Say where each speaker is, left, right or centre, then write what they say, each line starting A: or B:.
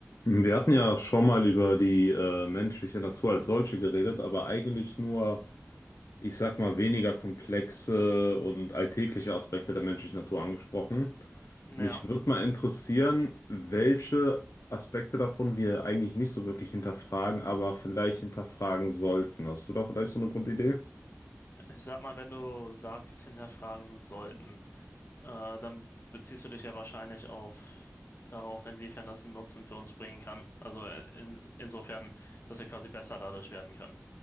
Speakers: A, on the left (about 80°); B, on the left (about 50°).
A: Wir hatten ja schon mal über die äh, menschliche Natur als solche geredet, aber eigentlich nur, ich sag mal, weniger komplexe und alltägliche Aspekte der menschlichen Natur angesprochen.
B: Ja,
A: Mich würde mal interessieren, welche Aspekte davon wir eigentlich nicht so wirklich hinterfragen, aber vielleicht hinterfragen sollten. Hast du da vielleicht so eine Grundidee?
B: ich sag mal, wenn du sagst, hinterfragen sollten, äh, dann beziehst du dich ja wahrscheinlich auf darauf, inwiefern das einen Nutzen für uns bringen kann. Also äh, in, insofern, dass wir quasi besser dadurch werden können.